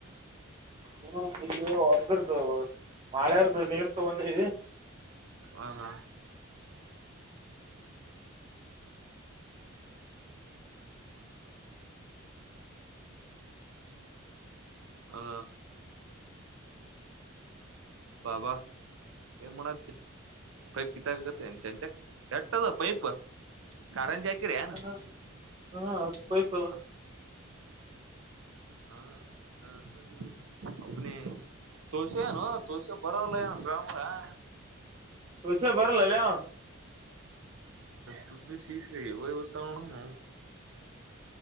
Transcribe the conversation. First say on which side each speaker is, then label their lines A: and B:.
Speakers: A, on the right; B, on the right.
A: ಹ್ಮ ಇಲ್ಲಿ ಒದಬರದು ಮಳೆಯಾರದುು ನೀರ್ ತಗೊಂಡಿ
B: ಹ ಹಾ ಹ ಬಾ ಬಾ ಏನ್ಮಾಡಖತಿ ಪೈಪ್ಕಿತ್ತ ಕತ ಚಂತಕ್ ಎಟ್ಟತದು ಪೈಪ ಕಾರಂಜಿ ಆಕ ರನು
A: ಹ್ಮ್ <inaudible>
B: ಹ ಹಾ ಹಾ ಹ್ಮ ಅನ ತೋಸೆ ಏನು ತೋಸೆ ಬರೋಲ್ಲ ಏನು ಶ್ರಾಮ <unintelligible> <unintelligible>
A: ಹುಷ ಬರಲ್ಲಲ್ಲಯ
B: ತು ಶೀ ಇವಟ್ಟ ನ